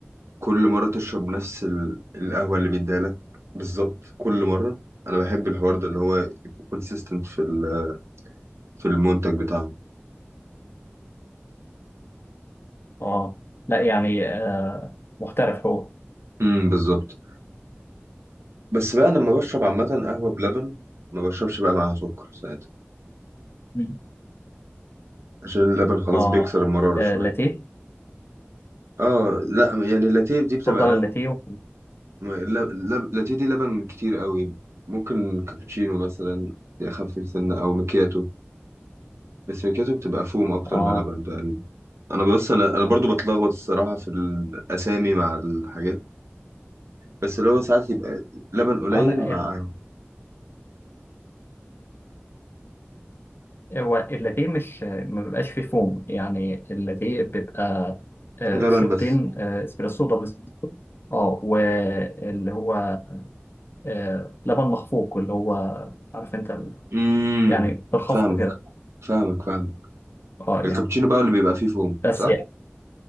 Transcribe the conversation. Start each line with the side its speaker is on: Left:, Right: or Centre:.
Right: كل مرة تشرب نفس ال- القهوة اللي بيديها لك بالظبط كل مرة أنا بحب الحوار ده اللي هو يبقى كونسيستنت في ال- في المنتج بتاعهم
Left: اه لا يعني آه محترف هو
Right: امم بالظبط بس بقى لما بشرب عامة قهوة بلبن ما بشربش بقى معاها سكر ساعتها
Left: مم.
Right: عشان اللبن خلاص
Left: اه
Right: بيكسر المرارة
Left: آه،
Right: شوية
Left: لاتيه
Right: اه لا يعني اللاتيه دي بتبقى
Left: اتفضل
Right: لبن
Left: اللاتيه و-
Right: اللاتيه دي لبن كتير قوي ممكن كابتشينو مثلا دي أخف سنة أو مكياتو بس ميكاتو بتبقى فوم اكتر
Left: اه
Right: من لبن تقريبا انا بص انا انا برضو بتلخبط الصراحه في الاسامي مع الحاجات بس اللي هو ساعات يبقى لبن قليل
Left: اه لا
Right: مع
Left: ال- هو اللاتيه مش ما بيبقاش فيه فوم يعني اللاتيه بيبقى آه،
Right: لبن
Left: شوطين
Right: بس
Left: آه، اسبريسو دبل اسبريسو اه واللي هو آه، لبن مخفوق اللي هو عارف انت
Right: امم
Left: يعني بالخفق
Right: فاهمك
Left: كده
Right: فاهمك فاهمك
Left: اه يعني
Right: الكابتشينو بقى اللي بيبقى فيه فوم
Left: بس
Right: صح
Left: يعني